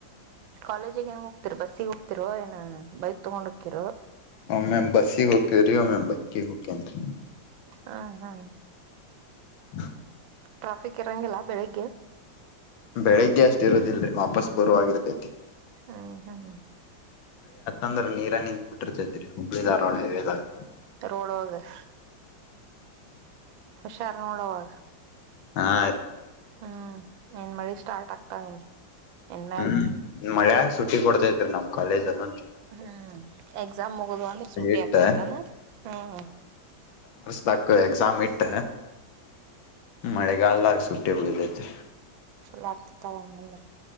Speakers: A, on the right (about 85°); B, on the left (about 85°).
A: ಕಾಲೇಜಿಗೆ ಹೆಂಗ ಹೋಗ್ತಿರ ಬಸ್ಸಿಗೆ ಹೋಗ್ತಿರೋ ಏನ ಬೈಕ್ ತಗೊಂಡ್ ಹೋಕ್ಕಿರೋ.
B: ಒಮ್ಮೆ <unintelligible>
A: ಹಾ ಹಾ.
B: ಹ.
A: ಟ್ರಾಫಿಕ್ ಇರಂಗಿಲ್ಲ ಬೆಳಿಗ್ಗೆ.
B: ಬೆಳಿಗ್ಗೆ ಅಷ್ಟ್ ಇರದಲ್ರಿ ವಾಪಸ್ ಬರುವಾಗ್ ಇರ್ತೈತಿ.
A: ಹ್ಮ ಹ್ಮ.
B: ಅಂದ್ರ ನೀರ ನಿಂತ್ ಬಿಟ್ಟಿರ್ತೈತ್ರಿ ಹಬ್ಬಳಿ ಧಾರವಾಡ ಹೈವೇ ದಾಗ್.
A: ರೋಡ ಒಳಗ. ಹುಷಾರ್ ನೋಡ ಅವಾಗ.
B: ಹಾ ರೀ.
A: ಹ್ಮ್ ಇನ್ ಮಳಿ ಸ್ಟಾರ್ಟ್ ಆಗ್ತಾವೇನ್. ಇನ್ಮ್ಯಾಲ
B: ಹ್ಮ. ಮಳೆಯಾಗ ಸುಟ್ಟಿ ಕೊಡ್ತೈತ್ರಿ ನಮ್ಮ್ ಕಾಲಜ ಅದ
A: ಹೂಂ ಎಕ್ಸಾಮ್ ಮುಗುದುವ ಅಂದ್ರ ಸೂಟಿ
B: ಇಟ್ಟ
A: ಆಗ್ತೇತಾನ, ಹೂಂ.
B: ತಕ್ಕ ಎಕ್ಸಾಮ್ ಇಟ್ಟ. ಮಳೆಗಲ್ದ್ಗ. ಸೂಟೇಬಲ್ ಇದೆತೆ.
A: ಲಟ್, ತಗೊಬಂದುರ್.